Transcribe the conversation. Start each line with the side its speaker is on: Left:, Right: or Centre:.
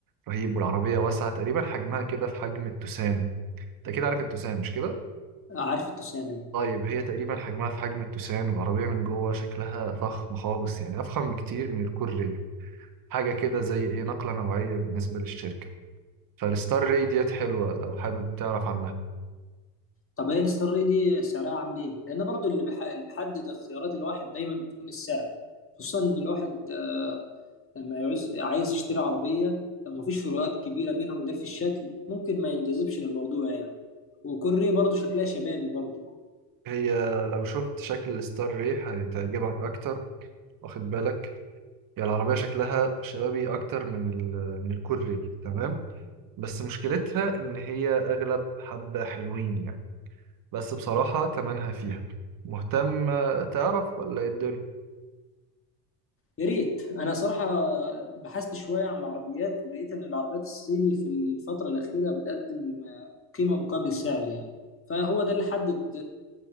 Right: رهيب والعربية واسعة تقريبا حجمها كده في حجم التوسان انت كده عارف التوسان مش كده؟
Left: آه، عارف التوسانة يعني
Right: طيب هي تقريبا حجمها في حجم التوسان والعربية من جوه شكلها فخم خالص يعني أفخم بكتير من الكوري حاجة كده زي ايه نقلة نوعية بالنسبة للشركة فالستار راي ديت حلوة لو حابب تعرف عنها
Left: طب هي الستار ري دي سعرها عامل إيه؟ لأن برضو اللي بح- اللي بيحدد اختيارات الواحد دايما بتكون السعر خصوصا إن الواحد آه، لما يعوز عايز يشتري عربية لو مفيش فروقات كبيرة بينهم غير في الشكل ممكن ما ينجذبش للموضوع يعني وكوري برضو شكلها شبابي برضو
Right: هي لو شفت شكل الستار ريح هتعجبك اكتر واخد بالك هي العربيه شكلها شبابي اكتر من ال من الكوري تمام بس مشكلتها ان هي اغلب حبه حلوين يعني بس بصراحه تمنها فيها مهتم تعرف ولا ايه الدنيا
Left: يا ريت انا صراحه بحثت شويه عن العربيات ولقيت ان العربيات الصيني في الفتره الاخيره بتقدم آه، قيمه مقابل سعر يعني فهو ده اللي حدد